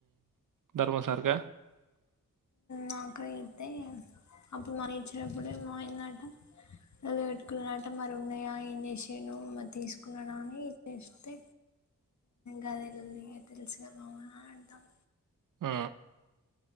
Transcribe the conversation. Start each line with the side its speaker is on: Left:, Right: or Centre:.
Right: ధర్మ సార్గా
Left: నాకు అయితే అప్పుడు మరి ఇచ్చినప్పుడెమో అయిందంటే లొల్లి పెట్టుకున్నాడు అంటే మరి ఉన్నాయా ఏం చేసిండు మరి తీసుకున్నాడా అని చేస్తే గది లొల్లిగా తెలుసు మమా అంటాం
Right: ఆ